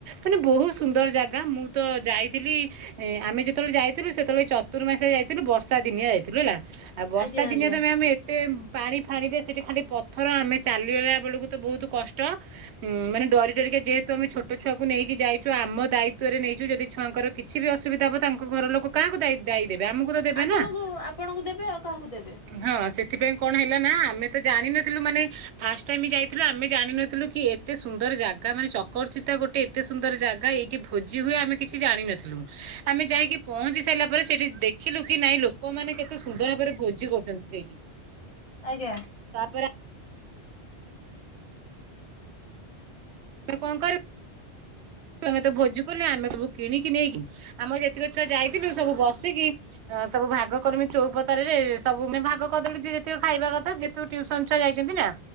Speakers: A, on the right; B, on the left.
A: ମାନେ ବୋହୁତ ସୁନ୍ଦର ଜାଗା ମୁଁ ତ ଯାଇଥିଲି। ଏ ଆମେ ଯେତେବେଳେ ଯାଇଥିଲୁ ସେତେବେଳେ ଚତୁର୍ମାସଆ ଯାଇଥିଲୁ ବର୍ଷା ଦିନିଆ ଯାଇଥିଲୁ ହେଲା। ଆଉ ବର୍ଷା
B: ଆଜ୍ଞା
A: ଦିନିଆ
B: ଆଜ୍ଞା
A: ତ ମ୍ୟାମ ଆମେ ଏତେ ପାଣି ଫାଣିରେ ସେଇଠି ଖାଲି ପଥର ଆମେ ଚାଲିଗଲା ବେଳକୁ ତ ବୋହୁତ କଷ୍ଟ। ଉ ମାନେ ଡରି ଡରିକା ଯେହେତୁ ଆମେ ଛୋଟ ଛୁଆକୁ ନେଇକି ଯାଇଚୁ ଆମ ଦାୟିତଵରେ ନେଇଚୁ ଯଦି ଛୁଆଙ୍କର କିଛି କିବେ ଅସୁବିଧା ହେବ ତାଙ୍କ ଘର ଲୋକ କାହାକୁ ଦାୟୀ ଯାଇ ଦେବେ ଆମକୁ ଦେବେ
B: ଆପଣଙ୍କୁ
A: ନା
B: ଆପଣଙ୍କୁ ଦେବେ ଆଉ କାହାକୁ ଦେବେ?
A: ହଁ ସେଥିପାଇଁ କଣ ହେଲା ନା ଆମେ ତ ଜାଣିନଥିଲୁ ମାନେ ଫାଷ୍ଟ ଟାଇମ ଯାଇଥିଲୁ ଆମେ ଜାଣିିନଥିଲୁ କି ଏତେ ସୁନ୍ଦର ଜାଗା ମାନେ ଚକରଚିତା ଗୋଟେ ଗୋଟେ ଏତେ ସୁନ୍ଦର ଜାଗା ଏଇଠି ଭୋଜି ହୁଏ ଆମେ କିଛି ଜାଣିିନଥିଲୁ। ଆମେ ଯାଇକି ପହଞ୍ଚି ସାରିଲା ପରେ ସେଇଠି ଦେଖିଲୁ କି ନାଇଁ ଲୋକମାନେ କେତେ ସୁନ୍ଦର ଭାବରେ ଭୋଜି କରୁଚନ୍ତି ସେଇଠି। <inaudible>
B: ଆଜ୍ଞା।
A: ତାପରେ <unintelligible> ଆମେତ ଭୋଜି କଲୁ ଆମେ ସବୁ କିଣିକି ନେଇକି ଆମର ଯେତିକି ଛୁଆ ଯାଇଥିଲୁ ସବୁ ବସିକି ଅ ସବୁ ଭାଗ କରମି ଚୋଉପତା ରେ ସବୁ ମାନେ ଭାଗ କରିଦେଲୁ ଯେତିକ ଖାଇବା କଥା ଯେ ତୁ ଟ୍ୟୁସନ ଛୁଆ ଯାଇଛନ୍ତି ନା